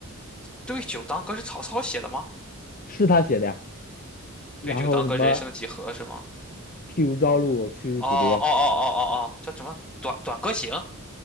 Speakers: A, in the centre; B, on the left.
A: 对酒当歌是曹操写的吗？
B: 是他写的呀。
A: 对酒当歌，
B: 然后什么？
A: 人生几何是吗？
B: 譬如朝露，去日苦多。
A: 哦哦哦哦哦哦，叫什么？短短歌行